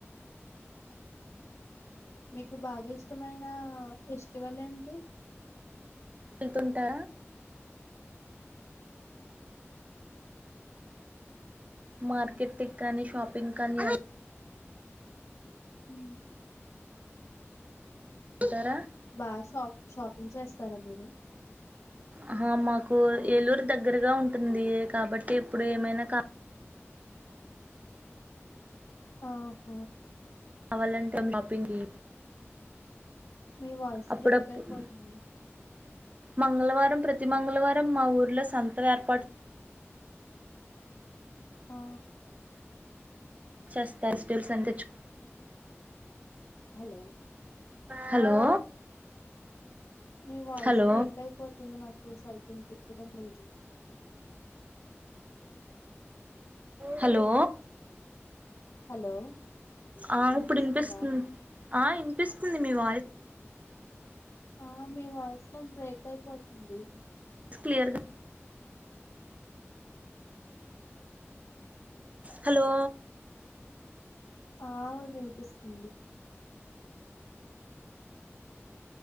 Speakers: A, on the left; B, on the right.
A: మీకు బాగా ఇష్టమైన ఫెస్టివల్ ఏంటి
B: వెళ్తుంటా మార్కెటిక్ కానీ షాపింగ్ కానీ
A: మ్
B: వెళ్తుంటారా
A: బా షాప్ షాపింగ్ చేస్తారా మీరు
B: అహ మాకు ఏలూర్ దగ్గరగా ఉంటుంది కాబట్టి ఎప్పుడు ఏమైనా కా
A: ఆ హ
B: రావలంటం షాపింగ్కి
A: మీ వాయిస్
B: అప్పుడప్పుడు
A: బ్రేక్ అయిపోతుంది
B: మంగళవారం ప్రతి మంగళవారం మా ఊర్లో సంతం ఏర్పా
A: ఆ
B: చేస్తార్ <unintelligible>
A: హలో
B: హలో
A: మీ వాయిస్
B: హలో
A: బ్రేక్ అయిపో తుంది నాకు సరిగ్గా ఇన్పించడం లేదు
B: హలో
A: హలో
B: ఆ
A: వినిపిస్తుందా
B: ఇప్పుడ్ ఇన్పిస్తున్ ఆ ఇన్పిస్తుంది మీ వాయిస్
A: ఆ మీ వాయిస్ నాక్ బ్రేక్ అయిపోతుంది.
B: క్లియర్గా హలో
A: ఆ విన్పిస్తుంది.